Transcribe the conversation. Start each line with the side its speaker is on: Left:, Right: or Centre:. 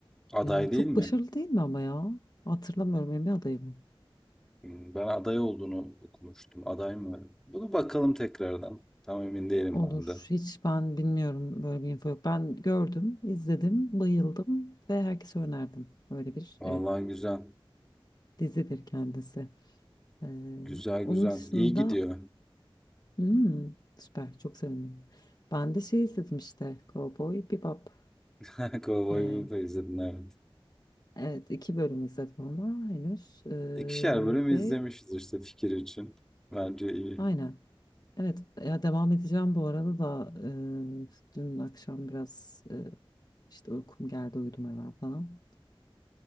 Centre: aday
Left: Ee,
Centre: değil
Left: çok
Centre: mi?
Left: başarılı değil mi ama ya? Hatırlamıyorum Emmy adayı mı?
Centre: Hmm, Ben aday olduğunu okumuştum. Aday mı? Bunu bakalım tekrardan. Tam emin değilim
Left: Olur.
Centre: ben de.
Left: Hiç ben bilmiyorum böyle bir info yok. Ben gördüm, izledim, bayıldım ve herkese önerdim. Böyle bir
Centre: Vallahi güzel.
Left: Dizidir kendisi. Ee,
Centre: Güzel güzel.
Left: onun dışında
Centre: İyi gidiyor.
Left: hmm, süper çok sevindim. Ben de şey izledim işte Cowboy Bebop.
Centre: <laughs> Cowboy
Left: Ee,
Centre: Bebop'u izledin evet.
Left: evet iki bölüm izledim ama henüz. Ee,
Centre: İkişer bölüm izlemişiz
Left: ve
Centre: işte fikir için. Bence iyi.
Left: aynen. Evet ya devam edeceğim bu arada da ee, dün akşam biraz ee, işte uykum geldi uyudum hemen falan.